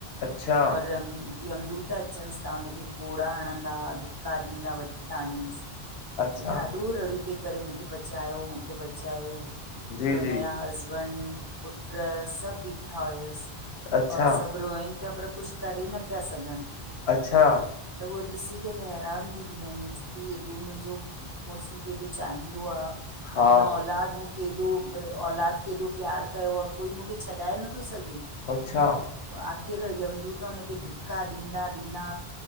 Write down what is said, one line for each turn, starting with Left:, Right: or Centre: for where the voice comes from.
Left: अच्छा
Right: और रमी यम दूत अचनसि था हुनखे कोड़ा हणंदा दा थिंका ॾींदा वठी था वञनिसि
Left: अच्छा
Right: ओ ॾाढूं रड़ियूं पई करे मूंखे बचायो, मूंखे बचायो
Left: जी
Right: त हुनजां
Left: जी
Right: हसबैंड, पुट् सभु ॿीठा हुयसि
Left: अच्छा
Right: और सभु रोइनि पिया पर कुछ करे न पिया सघनि।
Left: अच्छा।
Right: त उहा ॾिसी करे हैरान थी वञे चयथी एॾो मुंहिंजो मुंरस मूंखे हेॾो चाहींदो आ।
Left: हा
Right: हिन औलाद मुखे केॾो औलाद केॾो प्यारु कयो आहे। कोई मूंखे छॾाए नथो सघे?
Left: अच्छा।
Right: आख़िर यमदूत हुनखे धिका ॾींदा ॾींदा